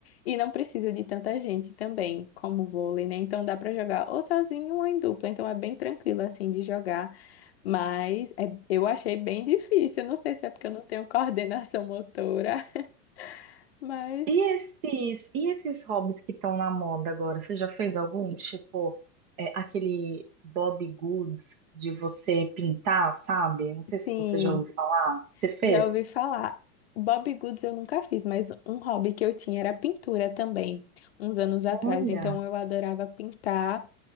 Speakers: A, on the left; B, on the right.
A: e não precisa de tanta gente também, como o vôlei, né? Então dá para jogar ou sozinho ou em dupla, então é bem tranquilo assim de jogar, mas é- eu achei bem difícil, eu não sei se é porque eu não tenho coordenação motora, <laughs> mas
B: E esses, e esses hobbies que estão na moda agora, você já fez algum? Tipo, é, aquele Bob Goods de você pintar, sabe? Não sei se
A: sim,
B: você já ouviu falar. Você fez?
A: Já ouvi falar. Bob Goods eu nunca fiz, mas um hobby que eu tinha era pintura também, uns anos atrás.
B: Olha,
A: Então eu adorava pintar.